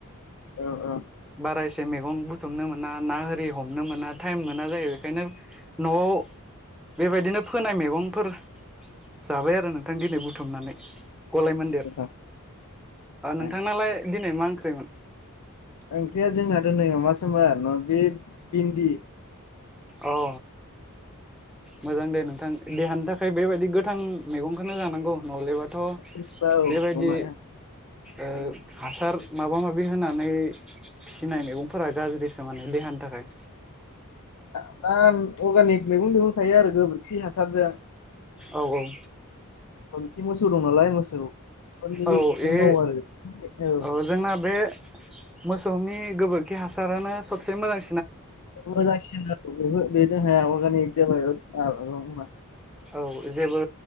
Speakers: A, on the left (about 80°); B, in the centre.
A: ओ औ औ
B: बारा एसे मैगं बुथुमनो मोना ना आरि हमनो मोना टाइम <unintelligible> मोना जायो बेखायनो न'आव बेबायदिनो फोनाय मैगंफोर जाबाय आरो नोंथां दिनै बुथुमनानै गलाय मोन्देर।
A: गोथाव
B: ओ नोंथांनालाय
A: ए
B: दिनै मा ओंख्रिमोन।
A: ओंख्रिया जोंना दोनै माबासोमोन बे भिन्दि।
B: अ' मोजां दे नोंथां देहानि थाखाय बेबायदि गोथां मैगं बेफोरनो जानांगौ नलेबाथ'
A: औ
B: बेबायदि
A: नङा
B: ओ
A: जोंना
B: हासार माबा माबि होनानै फिसिनाय मैगंफोरा गाज्रि। नङानो देहानि थाखाय।
A: दा अर्गानिक मैगं थेगं थायो आरो गोबोरखि हासारजों
B: औ -औ।
A: बोर्थि मोसौ दं नालाय मोसौ फोरनि गोबोरखिजों
B: औ ए
A: मावो आरो औ
B: ओ बे जोंना बे मोसौनि गोबोरखि हासारानो सबसे मोजां
A: <unintelligible> बेजोंहाया अर्गानिक जाबाय <unintelligible>
B: औ जेबो